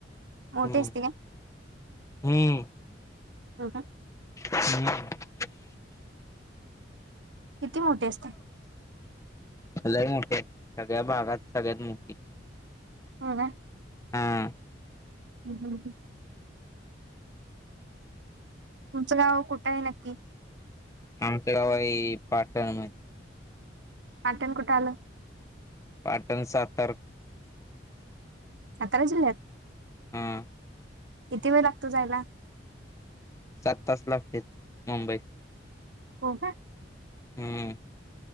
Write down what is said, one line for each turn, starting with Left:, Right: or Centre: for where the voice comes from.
Right: मोठे
Left: हम्म
Right: असते का
Left: हम्म
Right: हो का
Left: हम्म
Right: किती मोठे असतात
Left: लई मोठे असते सगळ्या बागात सगळ्यात मोठी.
Right: हो गा
Left: हां
Right: ह हम ह तुमचं गाव कुठं आहे नक्की?
Left: आमचं गाव आहे पाटणमध्ये.
Right: पाटण कुठ आलं?
Left: पाटण सातर्क
Right: सातारा जिल्ह्यात.
Left: हम
Right: किती वेळ लागतो जायला?
Left: सात तास लागते मुंबई
Right: हो का?
Left: हम्म